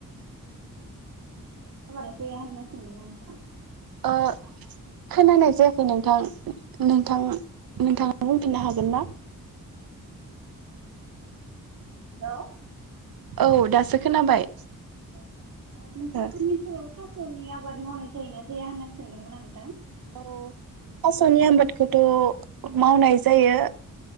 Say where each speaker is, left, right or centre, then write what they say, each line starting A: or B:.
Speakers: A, on the right (about 55°); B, on the right (about 85°).
A: <unintelligible>
B: ओ खोनानाय जायाखै नोंथां नोंथां नोंथाङा बुंफिननो हागोन ना
A: हेलौ
B: औ दासो खोनाबाय
A: औ नोंथांमोननि
B: ओ
A: ओनसोलाव थास थास'नि आबाद मावनाय जायोना जाया होनना सोंदोंमोन आं नोंथां
B: औ थास'नि <unintelligible> मावनाय जायो